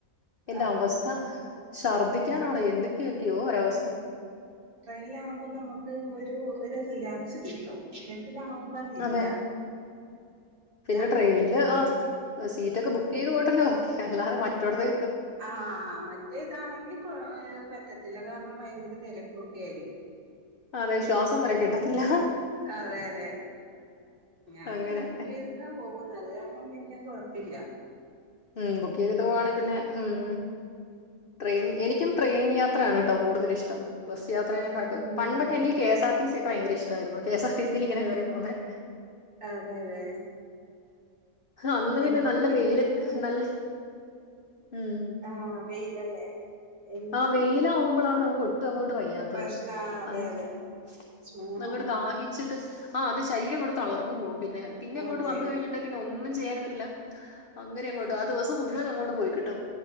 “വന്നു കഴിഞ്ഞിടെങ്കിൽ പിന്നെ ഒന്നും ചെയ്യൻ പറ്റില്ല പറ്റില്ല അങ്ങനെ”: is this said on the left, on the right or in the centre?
Left